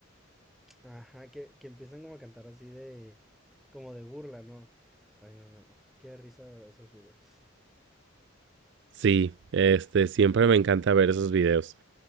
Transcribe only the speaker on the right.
Sí, este, siempre me encanta ver esos videos.